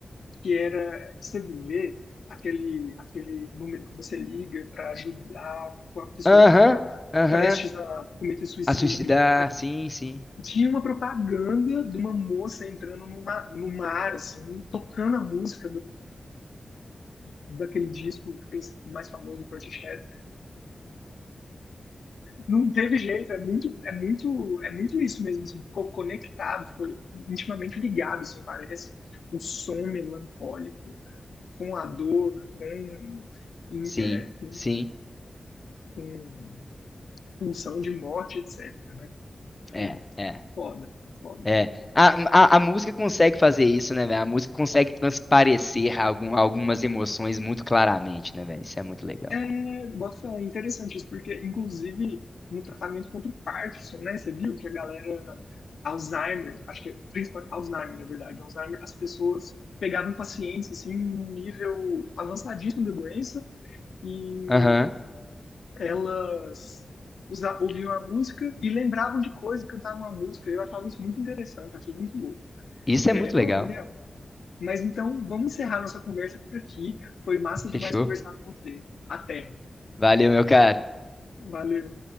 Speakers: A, on the left; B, on the left.
A: que era CVV, aquele aquele número que você liga para ajudar com a pessoa
B: Aham,
A: que está
B: aham.
A: prestes a cometer suicídio.
B: A suicidar,
A: A-
B: sim, sim,
A: Tinha uma propaganda de uma moça entrando no mar, no mar assim, tocando a música daquele disco mais famoso do Portishead. Não teve jeito, é muito, é muito, é muito isso mesmo, assim, ficou conectado, ficou intimamente ligado, assim, parece o som melancólico com a dor, com,
B: sim,
A: é, com,
B: sim,
A: com pulsão de morte, etc, né? Tipo,
B: é, é,
A: foda, foda.
B: é. A, a, a música consegue fazer isso, né, velho? A música consegue transparecer algum, algumas emoções muito claramente, né, velho? Isso é muito legal.
A: É, bota fé, é interessante isso, porque inclusive no tratamento contra o Parkinson, né? Você viu que a galera Alzheimer, acho que é principalmente Alzheimer, na verdade, Alzheimer, as pessoas pegavam pacientes assim num nível avançadíssimo da doença e
B: Aham,
A: elas usa, ouviam a música e lembravam de coisas, cantavam a música. Eu achava isso muito interessante, achei muito louco.
B: Isso
A: É,
B: é muito
A: ô,
B: legal.
A: Daniel, mas então vamos encerrar nossa conversa por aqui. Foi massa demais
B: Fechou.
A: conversar com você. Até.
B: Valeu, meu caro.
A: Valeu.